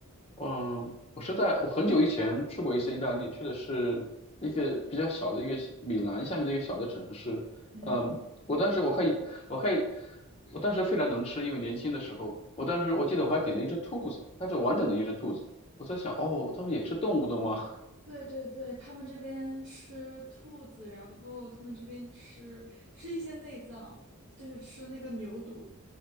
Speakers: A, on the left (about 30°); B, on the right (about 60°).
A: 嗯，我是在我很久以前去过一次意大利，去的是一个比较小的一个米兰下面的一个小的城市。
B: 嗯。
A: 嗯，我当时我可以，我可以，我当时非常能吃，因为年轻的时候，我当时我记得我还点了一只兔子，它是完整的一只兔子。我在想，哦，他们也吃动物的吗？
B: 对对对，他们这边吃兔子，然后他们这边吃吃一些内脏，就是吃那个牛肚。